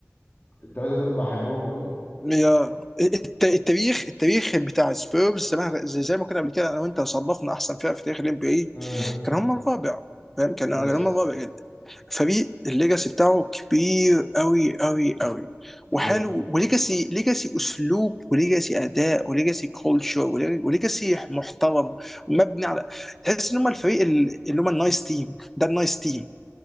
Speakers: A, on the left; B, in the centre.
A: الثلاثه دول بحبهم قوي
B: يا الت- التاريخ التاريخ بتاع سبيرز زمان، زي زي ما كنا قبل كده انا وانت صنفنا احسن فرق في تاريخ الام بي اي
A: امم
B: كان هم الرابع فاهم كان كان
A: يس
B: هم الرابع جدا فريق الليجاسي بتاعه كبير قوي قوي قوي
A: بالظبط
B: وحلو وليجاسي ليجاسي اسلوب وليجاسي اداء وليجاسي كولتشر وليجاسي محترم ومبني على تحس ان هم الفريق ال- اللي هم النايس تيم ده النايس تيم